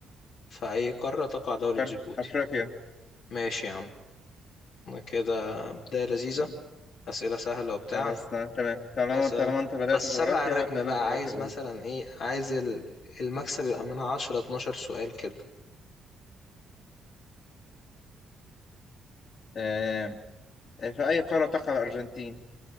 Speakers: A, on the left; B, on the left.
A: في اي قارة تقع دولة
B: فرق
A: جيبوتي
B: افريقيا
A: ماشي يا عم كده بداية لذيذة
B: تمام،
A: أسئلة سهلة وبتاع
B: خلاص ت- تمام طالما
A: اسأل
B: طالما انت بدات
A: بس
B: جغرافيا
A: سرع الريتم
B: هبدا انا
A: بقى
B: جغرافيا
A: عايز
B: برضه
A: مثلا ايه عايز ال- المكسب يبقى من 10 12 سؤال كده
B: تمام. آه، في اي قاره تقع الارجنتين